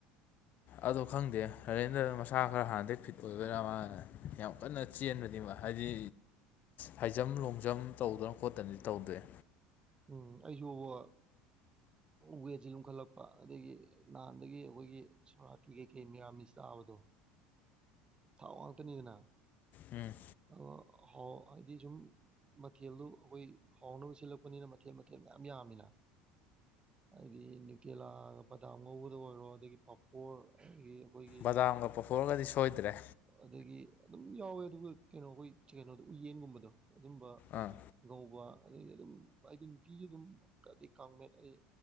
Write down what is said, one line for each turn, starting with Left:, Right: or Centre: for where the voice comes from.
Left: ꯑꯗꯣ ꯈꯪꯗꯦ ꯅꯔꯦꯟꯗ ꯃꯁꯥ ꯈꯔ ꯍꯥꯟꯗꯦ ꯐꯤꯠ ꯑꯣꯏꯕꯔꯥ ꯃꯥꯜꯅ ꯌꯥꯝ ꯀꯟꯅ ꯆꯦꯟꯕꯗꯤ ꯃꯥ ꯍꯥꯏꯗꯤ ꯍꯥꯏ ꯖꯝ ꯂꯣꯡ ꯖꯝ ꯇꯧꯗꯅ ꯈꯣꯠꯇꯅꯗꯤ ꯇꯧꯗꯣꯏ
Right: ꯎꯝ ꯑꯩꯁꯨꯕ ꯋꯦꯠꯁꯤ ꯂꯨꯝꯈꯠꯂꯛꯄ ꯑꯗꯒꯤ ꯅꯍꯥꯟꯗꯒꯤ ꯑꯩꯈꯣꯏꯒꯤ ꯁꯣꯔꯥꯥꯛꯠꯀꯤ ꯀꯩꯀꯩ ꯃꯤꯔꯥꯃꯤꯁ ꯇꯥꯕꯗ ꯗꯣ ꯊꯥꯎ ꯋꯥꯡꯇꯅꯤꯒꯅ
Left: ꯎꯝ
Right: ꯑ ꯍꯥꯎ ꯍꯥꯏꯗꯤꯖꯨꯝ ꯃꯊꯦꯜꯗꯨ ꯑꯩꯈꯣꯏ ꯍꯥꯎꯅꯕ ꯁꯤꯜꯂꯛꯄꯅꯤꯅ ꯃꯊꯦꯜ ꯃꯊꯦꯜ ꯃꯌꯥꯝ ꯌꯥꯝꯃꯤꯅ ꯑꯩꯗꯤ ꯇꯦꯂꯥꯒ ꯕꯗꯥꯝ ꯉꯧꯕꯗ ꯑꯣꯏꯔꯣ ꯑꯗꯒꯤ ꯄꯥꯐꯣꯔ ꯑꯗꯒꯤ ꯑꯩꯈꯣꯏꯒꯤ
Left: ꯕꯗꯥꯝꯒ ꯄꯨꯣꯛꯊꯣꯛꯑꯒꯗꯤ ꯁꯣꯏꯗ꯭ꯔꯦ
Right: ꯑꯗꯒꯤ ꯑꯗꯨꯝ ꯌꯥꯎꯋꯦ ꯑꯗꯨꯒ ꯀꯩꯅꯣ ꯑꯩꯈꯣꯏ ꯀꯩꯅꯣꯗ ꯎꯌꯦꯟꯒꯨꯝꯕꯗꯣ ꯑꯗꯨꯝꯕ
Left: ꯑꯥ
Right: ꯉꯧꯕ ꯑꯗꯒꯤ ꯑꯗꯨꯝ ꯑꯩꯗ ꯅꯨꯇꯤꯒꯤ ꯑꯗꯨꯝꯩ ꯀꯥꯡꯃꯦꯠ ꯑꯩ